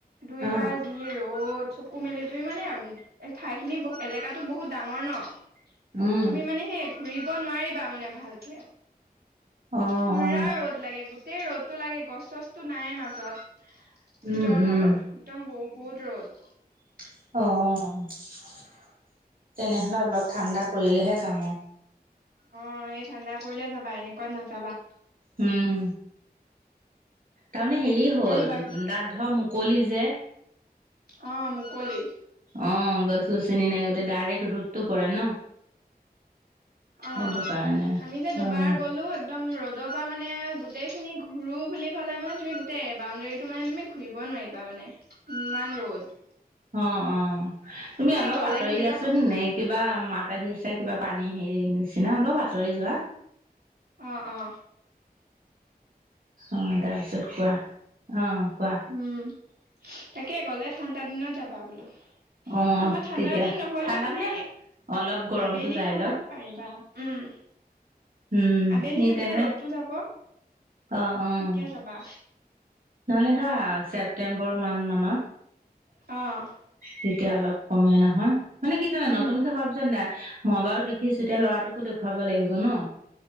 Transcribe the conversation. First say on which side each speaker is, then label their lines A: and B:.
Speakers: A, on the right; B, on the right.
A: দুইবাৰ
B: অ
A: যি ৰ'দ চকু মেলি তুমি মানে ঠাই খিনি বহু এলেকাতো বহুত ডাঙৰ ন
B: উম
A: তুমি মানে সেই ঘূৰিব নোৱাৰিবা মানে ভালকে
B: অ
A: পুৰা
B: অ
A: ৰ'দ লাগে গোটেই ৰ'দটো লাগে গছ চছটো নাই মাজত ভিতৰত
B: উম উম
A: আৰু একদম বহুত ৰ'দ
B: অহ তেনেহলে অলপ ঠাণ্ডা পৰিলেহে যাম আৰু
A: অ এই ঠাণ্ডা পৰিলে যাবা এনেকুৱাত নাযাবা
B: উম তাৰমানে হেৰি হ'ল
A: আৰু বাকী
B: দাদ ধৰ মুকলি যে
A: অ মুকলি
B: অ গছ গছনি নাই গোটেই ডাইৰেক্ট ৰদটো পৰে ন
A: অ
B: সেইটো কাৰণে
A: আমি যে
B: গৰম
A: দুবাৰ গলো এক দম ৰ'দৰ পা মানে গোটেইখিনি ঘূৰো বুলি ক'লে মানে তুমি গোটেই বাউণ্ডেৰীটো মানে তুমি ঘুৰিব নোৱাৰিবা মানে ইমান ৰ'দ
B: অ অ তুমি
A: সেই
B: অলপ
A: গ'লে
B: আঁতৰি
A: কেনেকুৱা
B: দিয়াচোন
A: সময়
B: নে কিবা মাত আহি আছে কিবা পানী হেৰিৰ নিচিনা অলপ আঁতৰি যোৱা
A: অ' অ'
B: অ' তাৰপিছত কোৱা অ' কোৱা?
A: উম' তাকে গ'লে ঠাণ্ডা দিনত যাবা বোলো।
B: অ',
A: নহয়, ঠাণ্ডা
B: তেতিয়া
A: দিন নহ'লে
B: ঠাণ্ডা
A: মানে
B: অলপ গৰমটো
A: আবেলি
B: যাই
A: সময়ত
B: লওক
A: পাৰিবা। উম'
B: উম
A: আবেলি
B: ই
A: যেতিয়া
B: তেনেহ'লে
A: ৰ'দটো যাব,
B: অ', অ',
A: তেতিয়া যাবা।
B: নহ'লে ধৰা ছেপ্তেম্বৰ মান মানত।
A: অ'
B: তেতিয়া অলপ কমেই নহয় মানে কি জানা,
A: উম
B: নতুনকে হোৱাৰ পিছত ন মই বাৰু দেখিছোঁ এতিয়া ল'ৰাটোক ো <unintelligible> দেখুৱাব লাগিব ন।